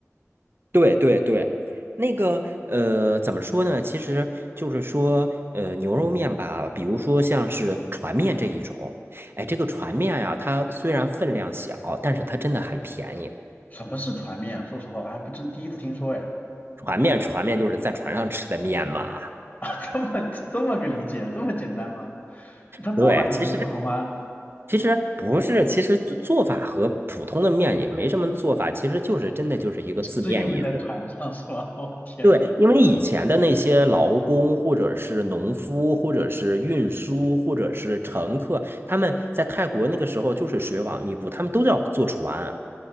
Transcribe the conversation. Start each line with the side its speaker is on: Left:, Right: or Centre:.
Right: 对对对，那个呃，怎么说呢？其实就是说，呃，牛肉面吧，比如说像是船面这一种，哎，这个船面呀，它虽然分量小，但是它真的很便宜。
Left: 什么是船面啊说实话，我还不真第一次听说，哎，
Right: 船面，船面就是在船上吃的面嘛。
Left: <laughs> 这么这么个理解，这么简单吗？它做法有什么不同吗？
Right: 对，其实其实不是，其实做做法和普通的面也没什么做法，其实就是真的就是一个字面意思。
Left: 是因为在船上是吧？<laughs> 我、天呐，
Right: 对，因为以前的那些劳工，或者是农夫，或者是运输，或者是乘客，他们在泰国那个时候就是水网密布，他们都要坐船。